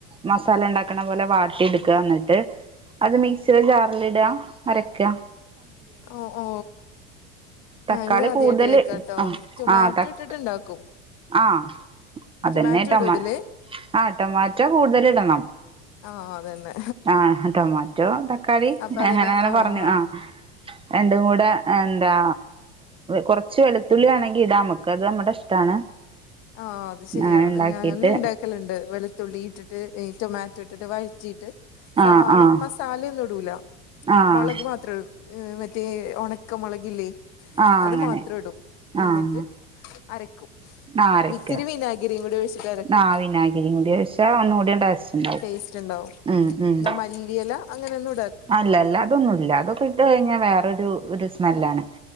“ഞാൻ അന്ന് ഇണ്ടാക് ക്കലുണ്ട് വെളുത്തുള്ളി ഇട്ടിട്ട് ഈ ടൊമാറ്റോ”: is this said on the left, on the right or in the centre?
Left